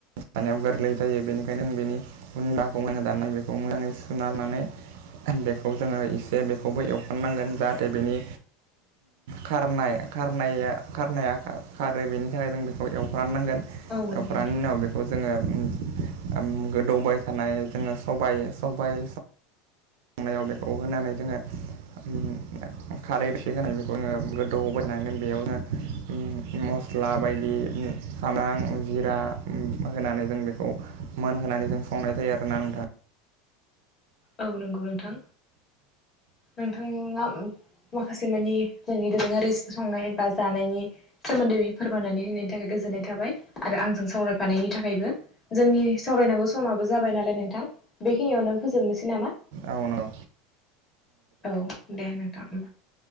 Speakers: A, on the right (about 70°); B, on the left (about 20°).
A: दाननायाव गोरलै जायो बेनिखायनो आ बेनि गुन्दाखौ मोजां दाननाय बेखौ मोजाङै सुना लानानै बेखौ जोङो एसे बेखौबो एवफानांगोन जाहाथे बेनि खारनाय खारनाया खारनाया खारो बेनि थाखाय जों बेखौ एवफ्रामनांगोन दफ्रानि
B: औ नंगौ नोंथां
A: उनाव बेखौ जोङो गोदौबाय थानाय जोङो सबाइ सबाइ संनायाव बेखौ होनानै जोङो ओम खारैइसे होनाय बेखौ जोङो गोदौ बोननांगोन बेयावनो ओम मस्ल स्ला बायदि सामब्राम जिरा होनानै जों बेखौ मोनहोनानै जों संनाय जायो आरोना नोंथां
B: औ नंगौ नोंथां नोंथाङा माखासे मानि जोंनि दोरोङारि संनाय बा जानायनि सोमोन्दै फोरमायनानै होननि थाखाय गो गोजोननाय थाबाय आरो आंजों सावरायफानायनि थाखायबो जोंनि सावरायनांगौ समाबो जाबाय नालाय नोंथां बेखिनियावनो फोजोबनोसै नामा
A: औ नंगौ
B: औ दे नोंथां ओम